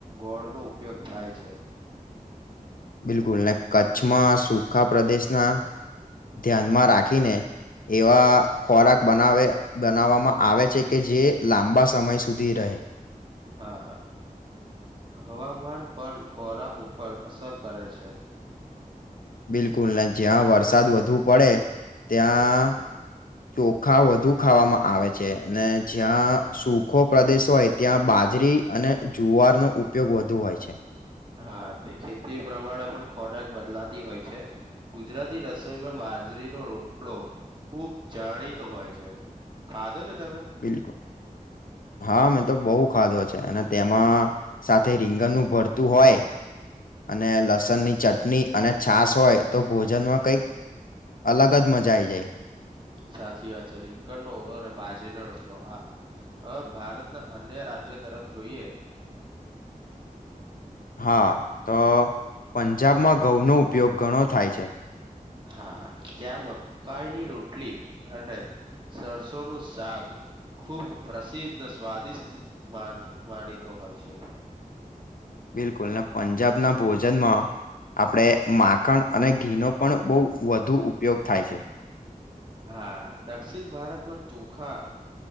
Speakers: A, on the right; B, on the left.
A: ગોળ નો ઉપયોગ થાય છે,
B: બિલકુલ કચ્છમાં સૂખા પ્રદેશના ધ્યાનમાં રાખીને એવા ખોરાક બનાવે બનાવામાં આવે છે, કે જે લાંબા સમય સુધી રહે.
A: હા હવામાન પણ ખોરાક ઉપર અસર કરે છે.
B: બિલકુલ ન જ્યાં વરસાદ વધુ પડે ત્યાં ચોખા વધુ ખાવામાં આવે છે, અનેને જ્યાં સુૂખો પ્રદેશ હોય ત્યાં બાજરી અને જુવારનો ઉપયોગ વધુ હોય છે
A: હા, તે ખેતી પ્રમાણે પણ ખોરાક બદલાતા હોય છે, ગુજરાતી રસોઈમાં બાજરીનો રોટલો ખુબ જાણીતો હોય છે, ખાધો છે? તમે
B: બિલકુલ હા મેં તો બહુ ખાધો છે. અને તેમાં સાથે રીંગણનું ભરતું હોય અને લસણ ની ચટણી ચટની અને છાસ હોય તો ભોજનમાં કઈક અલગ જ મજા આઈ જાય.
A: સાચી વાત છે, રિંગ ન ઓળો અને બાજરીનો રોટલો આહા હવે ભારતના અન્ય રાજ્યો તરફ જોઈએ <inaudible>
B: હા તો પંજાબમાં ઘઉંનો ઉપયોગ ઘણો થાય છે.
A: હા, ત્યાં મકાઈની રોટલી અને સરસો નું સાક ખૂબ પ્રસિદ્ધ સ્વાદિષ્ટ માનીતો હોય છે,
B: બિલકુલ ને પંજાબના ભોજનમાં આપણે માખણ અને ઘીનો પણ બહુ વધુ ઉપયોગ થાય છે.
A: હા દક્ષિણ ભારતમાં ચોખા